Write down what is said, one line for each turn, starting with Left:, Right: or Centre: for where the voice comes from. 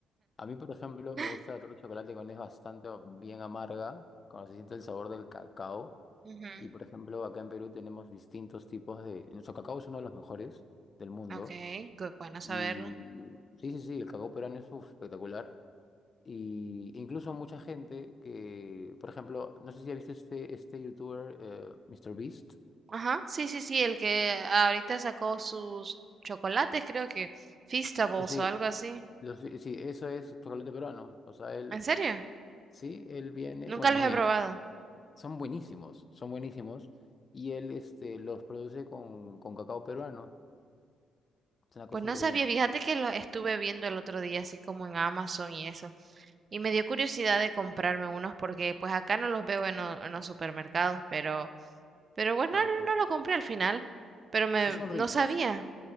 Left: A mí, por ejemplo, me
Right: <laughs>
Left: gusta la torta de chocolate cuando es bastante bien amarga, cuando se siente el sabor del cacao.
Right: Ujú.
Left: Y por ejemplo, acá en Perú tenemos distintos tipos de... Nuestro cacao es uno de los mejores del mundo.
Right: Ok, qué bueno saberlo.
Left: Y sí, sí, sí, el cacao peruano es uf, espectacular. Y incluso mucha gente que, por ejemplo, no sé si has visto este, este youtuber, eh, Mr. Beast.
Right: Ajá, sí, sí, sí, el que ahorita sacó sus chocolates, creo que Feastables
Left: Sí,
Right: o algo así.
Left: los- sí, eso es chocolate peruano. O sea, él,
Right: ¿En serio?
Left: sí, él viene,
Right: Nunca
Left: bueno,
Right: los
Left: no
Right: he
Left: viene,
Right: probado.
Left: son buenísimos, son buenísimos. Y él este, los produce con, con cacao peruano. Es una cosa
Right: Pues no
Left: increíble.
Right: sabía, fíjate que los estuve viendo el otro día, así como en Amazon y eso. Y me dio curiosidad de comprarme unos porque pues acá no los veo en, lo- en los supermercados, pero, pero bueno,
Left: Ah,
Right: no, no lo compré al final. Pero me,
Left: sí, son
Right: no
Left: ricos.
Right: sabía.